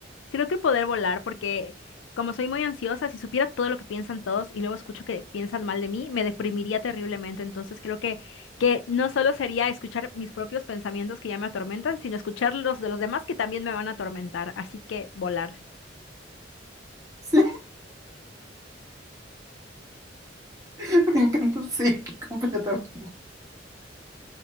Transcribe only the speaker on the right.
Sí, <laughs> me encanta, sí, completamente.